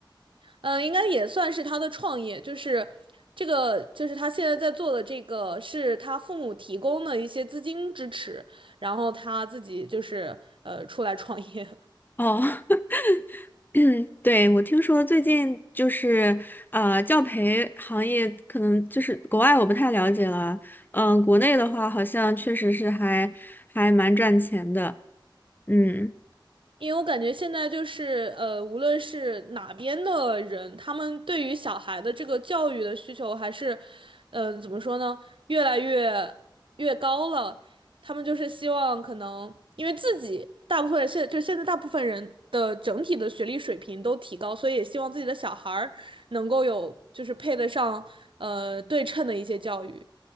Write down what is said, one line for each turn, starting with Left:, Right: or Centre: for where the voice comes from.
Right: 嗯、应该也算是他的创业，就是这个就是他现在在做的这个是他父母提供的一些资金支持，然后他自己就是呃出来创业。
Left: 哦，<laughs> <clears throat> 对，我听说最近就是呃，教培行业可能就是国外我不太了解了，嗯、国内的话好像确实是还还蛮赚钱的，嗯。
Right: 因为我感觉现在就是呃，无论是哪边的人，他们对于小孩的这个教育的需求还是，嗯、呃怎么说呢，越来越越高了。他们就是希望可能，因为自己大部分现就现在大部分人的整体的学历水平都提高，所以也希望自己的小孩儿能够有就是配得上呃对称的一些教育。